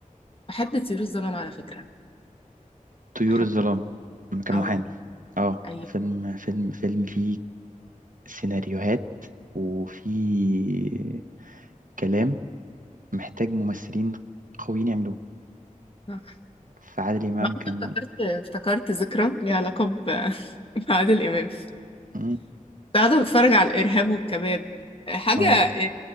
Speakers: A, on the left (about 40°); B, on the right (about 75°).
A: بحب طيور الظلام على فكرة
B: طيور
A: بحبه
B: الظلام لما كان
A: اه
B: محامي اه
A: ايوه
B: فيلم فيلم فيلم فيه سيناريوهات وفيه كلام محتاج ممثلين قويين يعملوه
A: صح
B: فعادل إمام
A: وعمري
B: كان
A: افتكرت افتكرت ذكرى ليها علاقة ب- <laughs> بعادل إمام كنت
B: مم.
A: قاعدة بتفرج على الإرهاب والكباب حاجة
B: اه
A: يعني